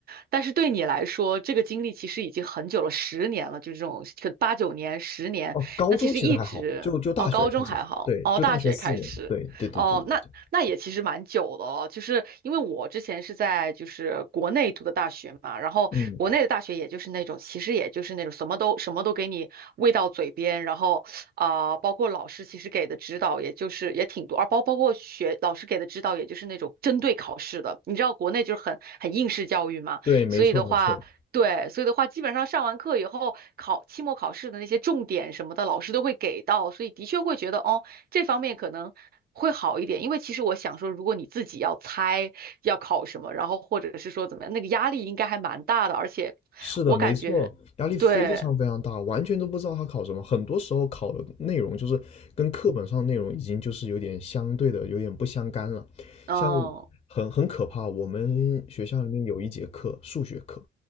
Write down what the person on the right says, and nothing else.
但是对你来说，这个经历其实已经很久了，十年了，就这种可八九年、十年，
那其实一直哦，
高中还好，
哦，
大学开始。
哦，那那也其实蛮久的了，就是因为我之前是在就是国内读的大学嘛，然后国内的大学也就是那种，
其实也就是那种什么都什么都给你喂到嘴边，然后啊、包括老师其实给的指导也就是也挺多，而包包括学老师给的指导也就是那种针对考试的，你知道国内就是很很应试教育嘛，
所以的话。对，所以的话，基本上上完课以后，考期末考试的那些重点什么的，老师都会给到，所以的确会觉得，哦，这方面可能会好一点，因为其实我想说，如果你自己要猜要考什么，然后或者是说怎么样，那个压力应该还蛮大的，而且
我感觉，
对，
嗯